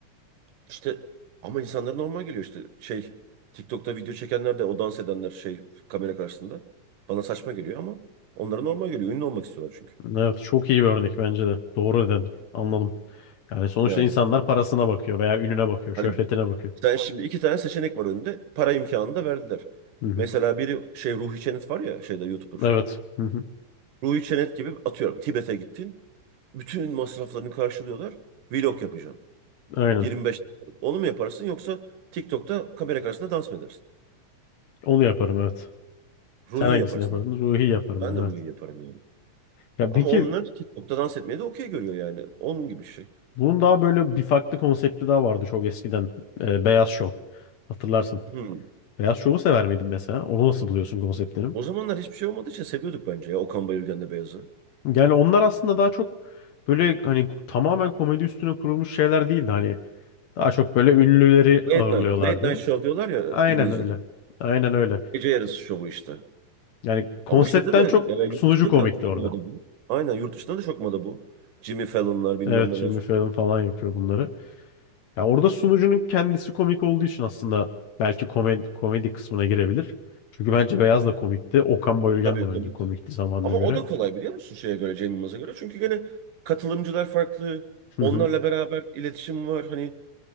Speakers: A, on the right; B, on the left.
A: İşte ama insanlara normal geliyor işte. Şey TikTok'ta video çekenler de o dans edenler şey kamera karşısında. Bana saçma geliyor ama onlara normal geliyor. Ünlü olmak istiyorlar çünkü.
B: Evet, çok iyi bir örnek bence de. Doğru dedin. Anladım. Yani sonuçta
A: Yani
B: insanlar parasına bakıyor veya ününe bakıyor, şöhretine
A: hani
B: bakıyor.
A: sen şimdi iki tane seçenek var önünde. Para imkanını da verdiler.
B: Hı hı.
A: Mesela biri şey Ruhi Çenet var ya şeyde YouTuber.
B: Evet. Hı hı.
A: Ruhi Çenet gibi atıyorum Tibet'e gittin. Bütün masraflarını karşılıyorlar. Vlog yapacaksın.
B: Aynen.
A: 25 dakikalık. Onu mu yaparsın yoksa TikTok'ta kamera karşısında dans mı edersin?
B: Onu yaparım evet.
A: Ruhi
B: Sen hangisini
A: yaparsın
B: yapardın?
A: herhalde.
B: Ruhi yaparım
A: Ben
B: ben evet.
A: de Ruhi yaparım yani.
B: Ya
A: Ama
B: peki
A: onlar TikTok'ta dans etmeyi de okey görüyor yani. Onun gibi bir şey.
B: bunun daha böyle bir farklı konsepti daha vardı çok eskiden. Ee, Beyaz Şov. Hatırlarsın.
A: Hmm.
B: Beyaz Şov'u sever miydin mesela? Onu nasıl buluyorsun konseptini?
A: O zamanlar hiçbir şey olmadığı için seviyorduk bence ya Okan Bayülgen'le Beyaz'ı.
B: Yani onlar aslında daha çok böyle hani tamamen komedi üstüne kurulmuş şeyler değildi. Hani daha çok böyle ünlüleri
A: Late
B: ağırlıyorlardı.
A: night. Late night show diyorlar ya
B: Aynen
A: İngilizce'de.
B: öyle. Aynen öyle.
A: Gece yarısı şovu işte.
B: Yani konseptten
A: Ama şeyde de
B: çok
A: yani
B: sunucu
A: yurt dışında
B: komikti
A: da çok
B: orada.
A: moda bu. Aynen yurt dışında da çok moda bu. Jimmy Fallon'lar bilmem
B: Evet,
A: neler.
B: Jimmy Fallon falan yapıyor bunları. Ya orada sunucunun kendisi komik olduğu için aslında belki komedi, komedi kısmına girebilir. Çünkü bence Beyaz da komikti. Okan Bayülgen
A: Tabii
B: de bence
A: komikti.
B: komikti zamanına
A: Ama
B: göre.
A: o da kolay biliyor musun şeye göre, Cem Yılmaz'a göre. Çünkü gene katılımcılar farklı.
B: Hı
A: Onlarla
B: hı.
A: beraber iletişim var. Hani